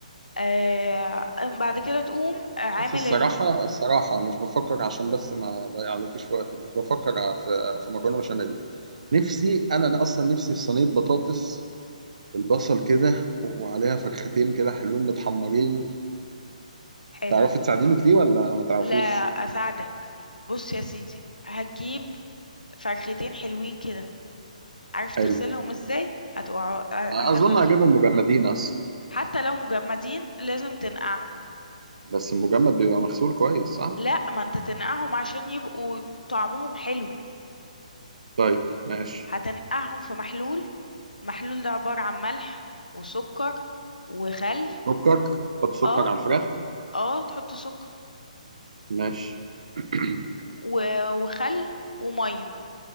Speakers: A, on the left (about 85°); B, on the right (about 60°).
A: آآ، بعد كده تقوم عامل
B: بص الصراحة
A: ال
B: الصراحة مش بفكر عشان بس ما اضيع عليكيش في وقتك مش بفكر في في مكرونة بشاميل نفسي أنا أنا أصلا نفسي في صينية بطاطس بالبصل كده وعليها فرختين كده حلوين متحمرين
A: حلو،
B: تعرفي تساعديني في دي ولا ما تعرفيش؟
A: لا أساعدك، بُص يا سيدي، هتجيب فرختين حلوين كده، عارف تغسلهم
B: حلو
A: إزاي؟ هتقع آآ،
B: أظن
A: هتاخد
B: هجيبهم مجمدين أصلا
A: حتى لو مجمدين لازم تنقعهم
B: بس المجمد بيبقى مغسول كويس صح؟
A: لأ، ما أنت تنقعهم عشان يبقوا طعمهم حلو،
B: طيب ماشي
A: هتنقعهم في محلول، المحلول ده عبارة عن ملح وسكر وخل
B: سكر حط سكر
A: آه،
B: على الفراخ
A: آه، تحط سكر
B: ماشي <clears throat>
A: و وخل ومَيّة،